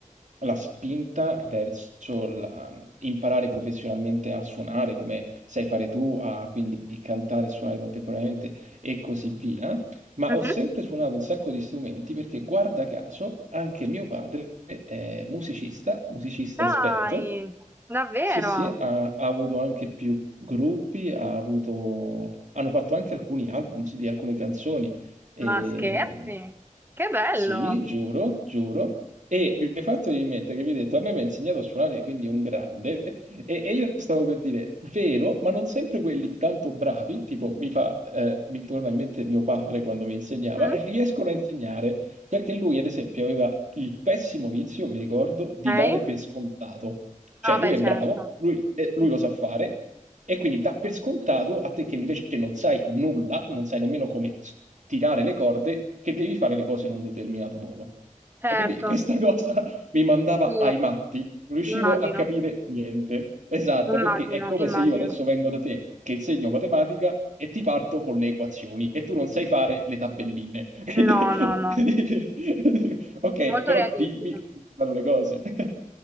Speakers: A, on the right; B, on the right.
A: la spinta verso la- imparare professionalmente a suonare come sai fare tu, a quindi cantare e suonare contemporaneamente e così via. Ma
B: Mhm.
A: ho sempre suonato un sacco di strumenti perché, guarda caso, anche mio padre è musicista, musicista
B: Dai,
A: esperto.
B: davvero?
A: Sì, sì, ha, ha avuto anche più gruppi, ha avuto, hanno fatto anche alcuni album di alcune canzoni. E
B: Ma scherzi? Che bello!
A: sì, giuro, giuro. E mi hai fatto venire in mente che vi ho detto, a me mi ha insegnato a suonare, quindi un grande, e, e io stavo per dire, vero, ma non sempre quelli tanto bravi, tipo mi fa, eh, mi torna in mente mio padre quando mi insegnava,
B: Mhm.
A: riescono a insegnare. Perché lui, ad esempio, aveva il pessimo vizio, mi ricordo, di
B: Ok?
A: dare per scontato. Cioè,
B: Ah,
A: lui
B: beh,
A: è
B: certo.
A: bravo, lui, eh, lui
B: Sì.
A: lo sa fare, e quindi dà per scontato a te che invece non sai nulla, non sai nemmeno come s- tirare le corde, che devi fare le cose in un determinato modo.
B: Certo,
A: E quindi questa cosa <laughs> mi mandava
B: sì,
A: ai matti, non riuscivo
B: immagino,
A: a capire niente. Esatto,
B: immagino,
A: perché è come
B: immagino.
A: se io adesso vengo da te, che insegno matematica, e ti parto con le equazioni e tu non sai fare le tabelline. <laughs> Quindi-
B: No, no, no.
A: <laughs> Ok,
B: Molto
A: però
B: realistico.
A: dimmi quali sono le cose. <laughs>